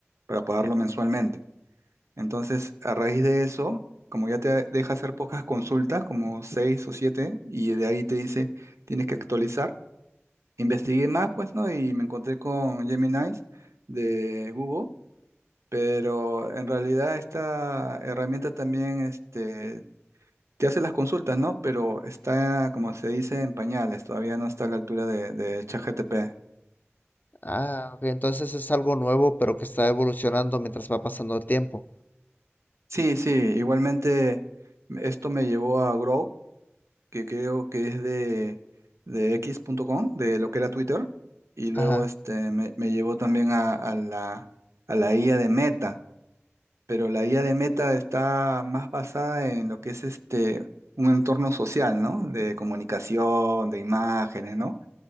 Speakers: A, on the right; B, on the left.
A: para pagarlo mensualmente. Entonces, a raíz de eso, como ya te deja hacer pocas consultas, como seis o siete, y de ahí te dice, tienes que actualizar. Investigué más, pues, ¿no? Y me encontré con Gemini de Google pero en realidad esta herramienta también este, te hace las consultas, ¿no? Pero está, como se dice, en pañales, todavía no está a la altura de, de ChatGPT.
B: Ah, ok, entonces es algo nuevo pero que está evolucionando mientras va pasando el tiempo.
A: Sí, sí, igualmente esto me llevó a Grow, que creo que es de, de equis punto com de lo que era Twitter, y luego
B: Ajá.
A: este, me, me llevó también a, a la, a la IA de Meta, pero la IA de Meta está más basada en lo que es este un entorno social, ¿no? De comunicación, de imágenes, ¿no?